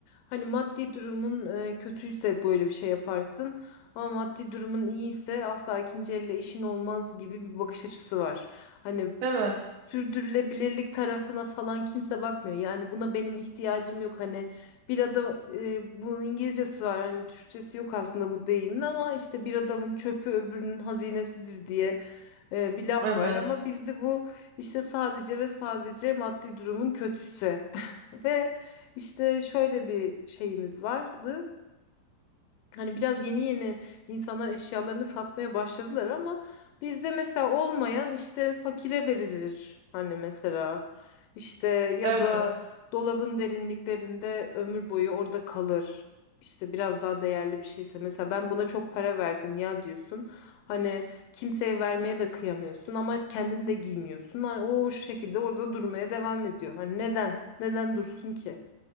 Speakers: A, on the left (about 85°); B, on the right (about 70°).
A: Hani maddi durumun e, kötüyse böyle bir şey yaparsın. Ama maddi durumun iyiyse asla ikinci elle işin olmaz gibi bir bakış açısı var. Hani
B: evet,
A: sürdürülebilirlik tarafına falan kimse bakmıyor. Yani buna benim ihtiyacım yok. Hani bir adam e, bunun İngilizcesi var. Hani Türkçesi yok aslında bu deyimin ama işte bir adamın çöpü öbürünün hazinesidir diye e, bir laf
B: evet,
A: var ama bizde bu işte sadece ve sadece maddi durumun kötüsü. <laughs> Ve işte şöyle bir şeyimiz vardı. Hani biraz yeni yeni insanlar eşyalarını satmaya başladılar ama bizde mesela olmayan işte fakire verilir. Hani mesela işte ya
B: evet.
A: da dolabın derinliklerinde ömür boyu orada kalır. İşte biraz daha değerli bir şeyse mesela ben buna çok para verdim ya diyorsun. Hani Kimseye vermeye de kıyamıyorsun ama kendin de giymiyorsun. Hani o o şekilde orada durmaya devam ediyor. Hani neden? Neden dursun ki?